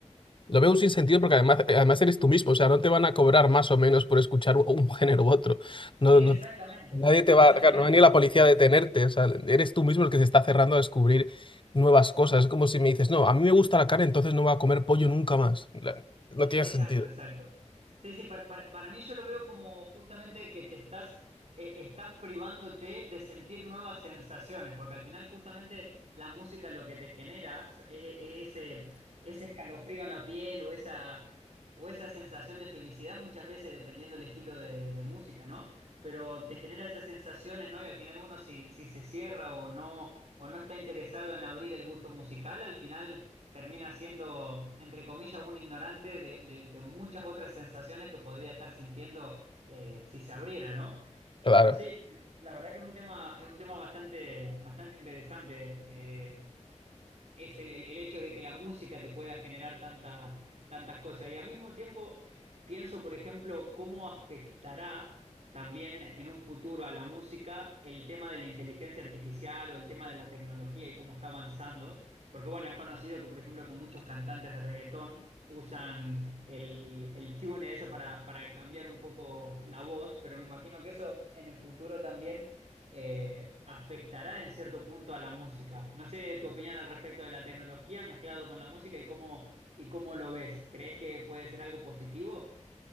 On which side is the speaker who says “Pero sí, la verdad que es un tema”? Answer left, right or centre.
Right